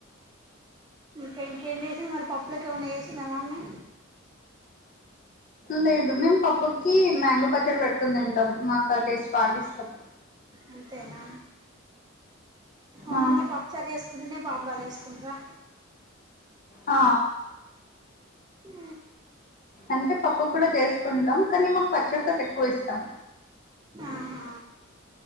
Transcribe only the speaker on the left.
లేదు మేము పప్పుకి మ్యాంగో పచ్చడి పెట్టుకుని తింటాం మాకు ఆ టేస్ట్ బాగా ఇష్టం
ఆ,
ఆ
అంటే పప్పు కూడా చేసుకుంటాం కానీ మాకు పచ్చడి తోటి ఎక్కువ ఇష్టం